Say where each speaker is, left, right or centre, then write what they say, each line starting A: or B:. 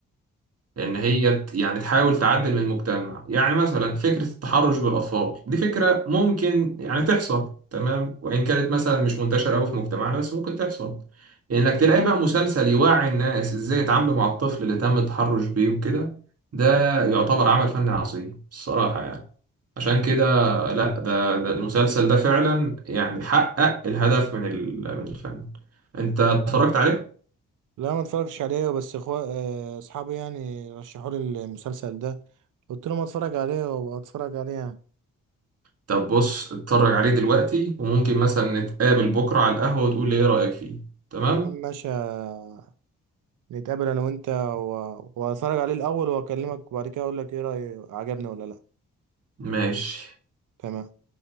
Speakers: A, on the right; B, on the right.
A: ان هي ت... يعني تحاول تعدل من المجتمع يعني مثلا فكره التحرش بالاطفال دي فكره ممكن يعني تحصل تمام وان كانت مثلا مش منتشره قوي في مجتمعنا بس ممكن تحصل انك تلاقي بقى مسلسل يوعي الناس ازاي يتعاملوا مع الطفل اللي تم التحرش بيه وكده ده يعتبر عمل فني عظيم الصراحه يعني عشان كده لا ده, ده المسلسل ده فعلا يعني حقق الهدف من ال- من الفن انت اتفرجت عليه
B: لا ما اتفرجتش عليه بس اخوة آه، اصحابي يعني رشحوا لي المسلسل ده قلت لهم اتفرج عليه وابقى اتفرج عليه يعني
A: طب بص اتفرج عليه دلوقتي وممكن مثلا نتقابل بكرة على القهوة وتقول لي ايه رأيك فيه تمام
B: يا عم ماشي آه، نتقابل انا وانت و- واتفرج عليه الاول واكلمك وبعد كده اقول لك ايه رأيي عجبني ولا لا
A: ماشي
B: تمام